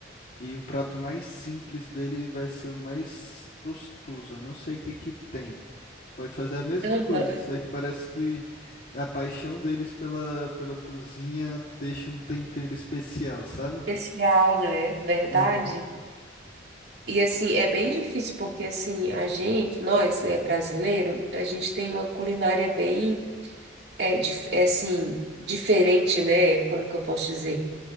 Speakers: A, on the left (about 50°); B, on the right (about 60°).
A: E o prato mais simples dele vai ser o mais gostoso. Eu não sei o que que tem. Você pode fazer a mesma
B: Aham.
A: coisa, só que parece que a paixão deles pela, pela cozinha deixa um tempero especial, sabe?
B: Especial, né? Verdade.
A: Aham.
B: E assim, é bem difícil porque assim, a gente, nós é brasileiro, a gente tem uma culinária bem é, dif- é, assim, diferente, né? Como que eu posso dizer?